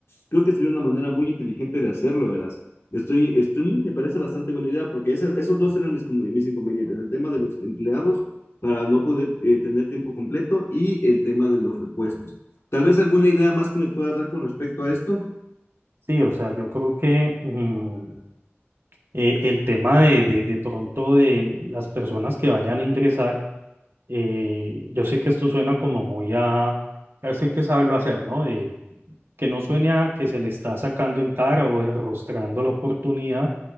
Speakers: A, on the left; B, on the right.
A: Creo que sería una manera muy inteligente de hacerlo, verás. Estoy, estoy, me parece bastante buena idea porque esa- esos dos eran mis, conve- mis inconvenientes. El tema de los empleados para no poder eh, tener tiempo completo y el tema de los repuestos. Tal vez alguna idea más que me puedas dar con respecto a esto.
B: Sí, o sea, yo creo que mm, eh, el tema de, de, de pronto de las personas que vayan a ingresar, eh, yo sé que esto suena como muy a, eso hay que saberlo hacer, ¿no? De, que no suene a que se le está sacando en cara o enrostrando la oportunidad,